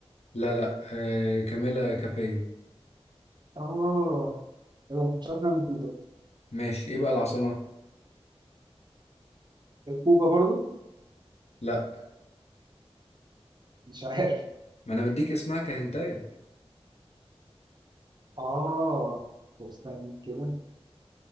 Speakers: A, on the left (about 80°); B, on the right (about 40°).
A: لا لا آه... كاميلا كابيو
B: اه انا ما كنتش عارف إنها من كوبا
A: ماشي ايه بقى العاصمة
B: كوبا برضو
A: لا
B: مش عارف
A: ما انا مديك اسمها كهنتايه
B: اه طب استنى كده